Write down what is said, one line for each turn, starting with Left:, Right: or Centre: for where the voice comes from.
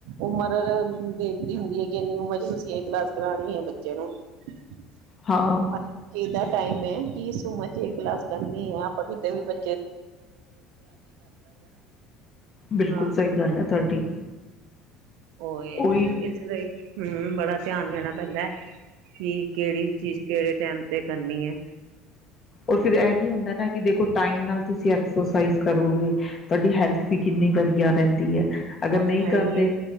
Right: ਉਮਰ ਬੇਨਤੀ ਹੁੰਦੀ ਹੈ। ਕਿ ਇੰਨੀ ਉਮਰ ਚ ਤੁਸੀਂ ਇਹ ਕਲਾਸ ਕਰਾਉਣੀ ਹੈ ਬੱਚੇ ਨੂੰ। ਹ
Left: ਹਾਂ
Right: ਕਿਦਾ ਟਾਈਮ ਹੈ ਕਿ ਸੂਮਾ ਚ ਇਹ ਕਲਾਸ ਕਰਨੀ ਹੈ। ਆਪਾਂ ਕਿਤੇ ਵੀ ਕਿ
Left: ਬਿਲਕੁਲ
Right: ਹਾਂ
Left: ਸਹੀ ਗੱਲ ਹੈ ਤੁਹਾਡੀ
Right: ਉਹ ਇਹ
Left: ਉਹੀ
Right: ਇਸ ਲਈ ਹਮ ਬੜਾ ਧਿਆਨ ਦੇਣਾ ਪੈਂਦਾ ਹੈ। ਕਿ ਕਿਹੜੀ ਚੀਜ਼ ਕਿਹੜੇ ਟਾਈਮ। ਤੇ ਕਰਨੀ ਆ।
Left: ਰ ਫਿਰ ਇਹ ਵੀ ਹੁੰਦਾ ਨਾ ਕਿ ਦੇਖੋ ਟਾਈਮ ਨਾਲ ਤੁਸੀਂ ਐਕਸਰਸਾਈਜ਼ ਕਰੋਗੇ। ਤੁਹਾਡੀ ਹੈਲਥ ਵੀ ਕਿੰਨੀ ਵਧੀਆ। ਰਹਿੰਦੀ ਹੈ ਅਗਰ
Right: ਉਹ ਤਾਂ
Left: ਨਹੀਂ
Right: ਹੈ
Left: ਕਰਦੇ
Right: ਹੀ ਹੈ